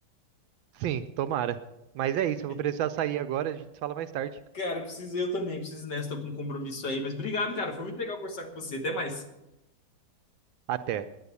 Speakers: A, on the right; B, on the left.
A: sim, tomara. Mas é isso, eu
B: <laughs>
A: vou precisar sair agora, a gente fala mais tarde.
B: Cara, preciso eu também, preciso nessa, tô com um compromisso aí. Mas obrigado, cara. Foi muito legal conversar com você. Até mais.
A: Até.